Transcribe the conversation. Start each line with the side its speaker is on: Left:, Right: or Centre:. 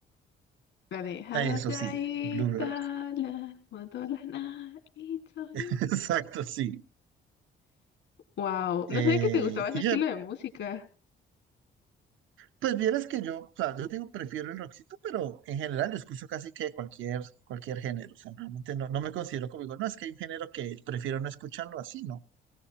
Left: La de Habataitala,
Right: Ah, Eso sí, Bluebird.
Left: Modolana, Itoi.
Right: <laughs> Exacto, sí.
Left: Wow.
Right: Eh,
Left: No sabía que te gustaba ese
Right: y
Left: estilo
Right: ya,
Left: de música.
Right: pues vieras que yo, o sea, yo digo, prefiero el rockcito, pero en general yo escucho casi que cualquier, cualquier género. O sea, realmente no, no me considero como digo, no, es que hay un género que prefiero no escucharlo así, no.